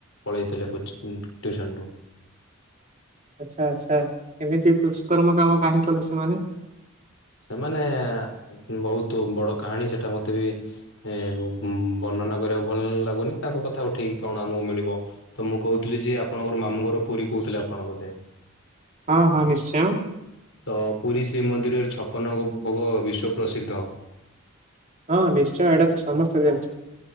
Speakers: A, on the left (about 75°); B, on the right (about 35°).
A: ପଳେଇଥିଲେ କୋଚିଂ ଉଁ ଟ୍ୟୁସନ ରୁ।
B: ଆଚ୍ଛା ଆଚ୍ଛା ଏମିତି ଦୁଷ୍କର୍ମ କାମ କାହିଁ କଲେ ସେମାନେ?
A: ସେମାନେ ବହୁତ ବଡ କାହାଣୀ ସେଟା ମତେ ବି ଏ ବ ବର୍ଣ୍ଣନା କରିବାକୁ ଭଲ ଲାଗୁନି ତାଙ୍କ କଥା ଉଠେଇକି କଣ ଆମକୁ ମିଳିବ। ତ ମୁଁ କହୁଥିଲି ଯେ ଆପଣଙ୍କର ମାମୁଁ ଘର ପୁରୀ କହୁଥିଲେ ଆପଣ ବୋଧେ?
B: ହଁ ହଁ ନିଶ୍ଚୟ।
A: ତ ପୁରୀ ଶ୍ରୀମନ୍ଦିରରେ ଛପନ ଭୋ ଭୋଗ ବିଶ୍ଵ ପ୍ରସିଦ୍ଧ।
B: ହଁ ନିଶ୍ଚୟ ଏଇଟା ତ ସମସ୍ତେ ଜାଣିଛ।